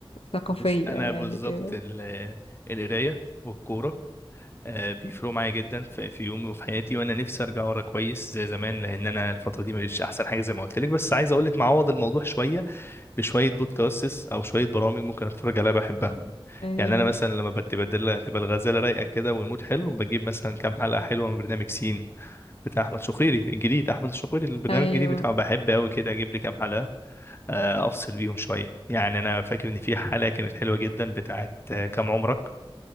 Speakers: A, on the left; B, on the left.
A: ثقافيه
B: بص انا
A: يعني
B: بالظبط
A: كده
B: ال... القرايه والكوره آه، بيفرقوا معايا جدا في في يومي وفي حياتي وانا نفسي ارجع ورا كويس زي زمان لان انا الفتره دي مش احسن حاجه زي ما قلت لك بس عايز اقول لك معوض الموضوع شويه بشويه بودكاستس او شويه برامج ممكن اتفرج عليها بحبها
A: ايوه
B: يعني انا مثلا لما بتبدل تبقى الغزاله رايقه كده والمود حلو بجيب مثلا كام حلقه حلوه من برنامج سين بتاع احمد شقيري الجديد احمد الشقيري البرنامج
A: ايوه
B: الجديد بتاعه بحب قوي كده اجيب لي كام حلقه آه، افصل بيهم شويه يعني انا فاكر ان في حلقه كانت حلوه جدا بتاعت آه، كام عمرك